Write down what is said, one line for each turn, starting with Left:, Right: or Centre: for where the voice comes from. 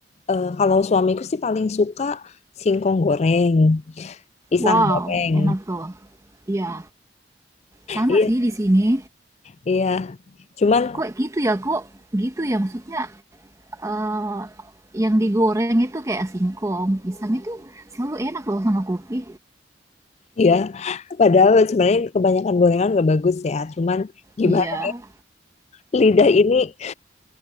Left: eh, kalau suamiku sih paling suka singkong goreng, pisang
Right: Wow,
Left: goreng.
Right: enak tuh. Iya, sama
Left: Iya,
Right: sih di sini.
Left: iya. Cuman
Right: Kok gitu ya kok? Gitu ya maksudnya eh, yang digoreng itu kayak singkong, pisang itu selalu enak loh sama kopi.
Left: Iya, padahal sebenarnya kebanyakan gorengan nggak bagus ya. Cuman gimana
Right: Iya,
Left: lidah ini